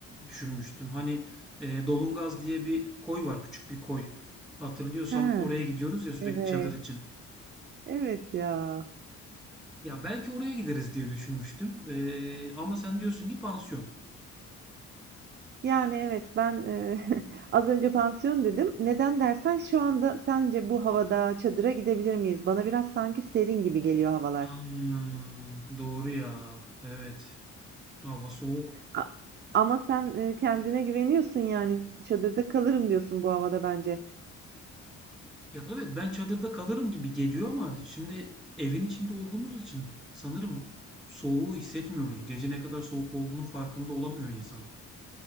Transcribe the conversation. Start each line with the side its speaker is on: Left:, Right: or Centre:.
Centre: düşünmüştüm. Hani e, Dolungaz diye bir koy var, küçük bir koy. Hatırlıyorsan
Right: Ha,
Centre: oraya gidiyoruz ya sürekli
Right: evet,
Centre: çadır için.
Right: evet ya.
Centre: Ya belki oraya gideriz diye düşünmüştüm. E, ama sen diyorsun ki pansiyon.
Right: Yani, evet, ben, eee, <laughs> az önce pansiyon dedim. Neden dersen şu anda sence bu havada çadıra gidebilir miyiz? Bana biraz sanki serin gibi geliyor havalar.
Centre: Aa, doğru ya. Evet. Hava soğuk.
Right: A ama sen, eee, kendine güveniyorsun, yani, çadırda kalırım diyorsun bu havada bence.
Centre: Ya evet ben çadırda kalırım gibi geliyor ama şimdi evin içinde olduğumuz için sanırım soğuğu hissetmiyoruz. Gece ne kadar soğuk olduğunun farkında olamıyor insan.